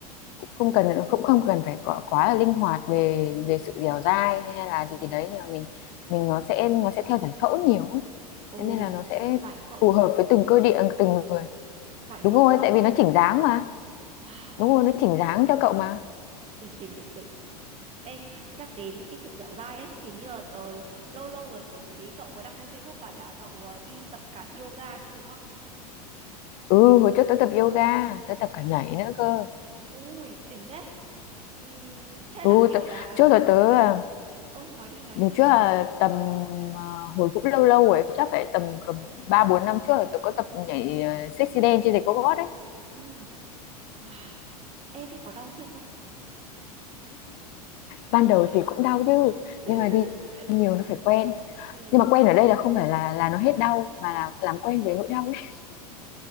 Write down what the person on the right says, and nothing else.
Ừ
ừ
ừ.
Ồ
giải phẫu
nữa
giải
phẫu
nữa rồi
cậu.
Wow
đỉnh đỉnh đỉnh đỉnh. Ê, nhắc đến cái sự dẻo dai ấy, hình như là tớ lâu lâu rồi tớ thấy cậu có đăng lên Facebook bảo là cậu ờ, đi tập cả yoga nữa đúng không?
Ui, đỉnh đấy. Ừm, thế
là kiểu
là
ơi,
ơi nói đi, nói
đi.
Ừm, wow. Ê thế có đau chân không?
<laughs>
Ừm,